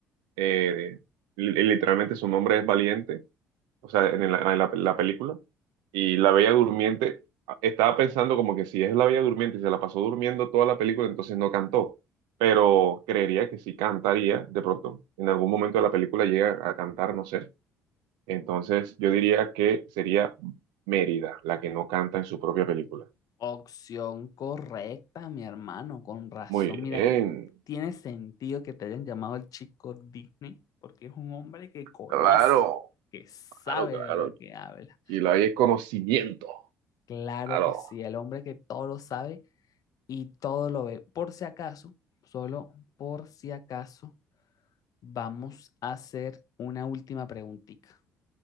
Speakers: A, on the right (about 65°); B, on the left (about 50°).
A: eh, li- literalmente su nombre es Valiente, o sea, en la, en la- la película. Y la Bella Durmiente, ah, estaba pensando como que si es la Bella Durmiente y se la pasó durmiendo toda la película, entonces no cantó. Pero creería que sí cantaría de pronto. En algún momento de la película llega a cantar, no sé. Entonces yo diría que sería Mérida la que no canta en su propia película.
B: Opción correcta, mi hermano, con razón.
A: Muy
B: Mira
A: bien,
B: que tiene sentido que te hayan llamado el chico Disney, porque es un hombre que conoce,
A: claro.
B: que sabe
A: Claro, claro.
B: de lo que habla.
A: Y lo hay es conocimiento.
B: Claro
A: Claro,
B: que sí, el hombre que todo lo sabe y todo lo ve. Por si acaso, solo por si acaso, vamos a hacer una última preguntita.